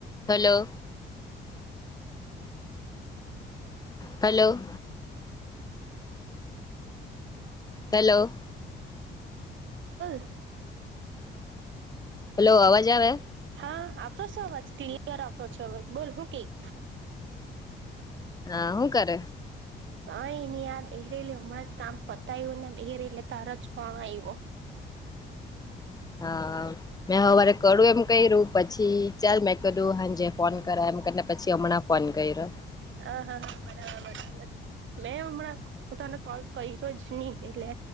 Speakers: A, on the left (about 20°); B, on the right (about 75°).
A: Hello. Hello. Hello.
B: બોલ.
A: Hello અવાજ આવે.
B: હા આવતો છે અવાજ ક્લિયર આવતો છે અવાજ બોલ હું કેક.
A: હા હું કર.
B: અ નહી આ બેહેરેલી હમણાં જ કામ પતાય્યું ને બહેરેલે તાર જ કોલ આવ્યો.
A: <inaudible> હા મેં હવારે કરું એમ કર્યું પછી ચાલ મેં કીધું હાંજે ફોન કરા એમને પછી હમણાં ફોન કર્યો.
B: હ હા હા બરાબર બરાબર. મેં હમણાં તને કોલ કર્યો જ નહી એટલે